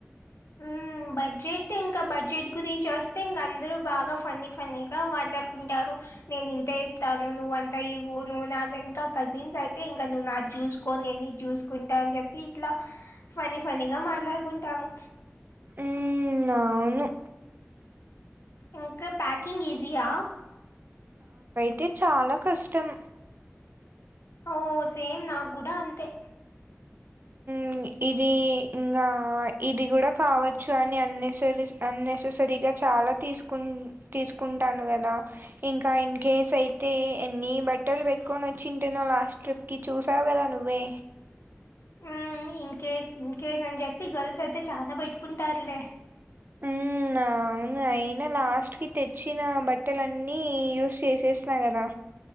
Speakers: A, on the left; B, on the right.
A: ఉమ్ బడ్జెట్ ఇంకా బడ్జెట్ గురించి వస్తే ఇంగ అందరు బాగా ఫన్నీ ఫన్నీ గా మాట్లాడుకుంటారు నేను ఇంతే ఇస్తాను నువ్వ్ అంతా ఇవ్వు నువ్ నా ఇంకా కజిన్స్ అయితే ఇంకా నువ్వు నాకు చూసుకోని నేనే జూసుకుంటా అని జెప్పి ఇట్లా ఫన్ని ఫన్ని గా మాట్లాడుకుంటాము
B: ఉమ్ అవును
A: ఇంకా పాకింగ్ ఈజీయా
B: అంటే చాలా కష్టం
A: ఓ సేమ్ నాకు గూడా అంతే
B: ఉమ్ ఇది ఇంగా ఇది గూడా కావచ్చు అని అన్నేసరీస్ అన్నేససరీగా చాలా తీసుకుంటాను కదా ఇంకా ఇన్ కేస్ అయితే ఎన్ని బట్టలు పెట్టుకొని వచ్చింటేనో లాస్ట్ ట్రిప్కి చూసావు గదా నువ్వే
A: ఉమ్ ఇన్ కేస్ ఇన్ కేస్ అని చెప్పి గర్ల్స్ అయితే చానా బెట్టుకుంటారులే
B: ఉమ్ ఉమ్ అవును అయినా లాస్ట్ కి తెచ్చిన బట్టల అన్నీ యూస్ చేసేసిన కదా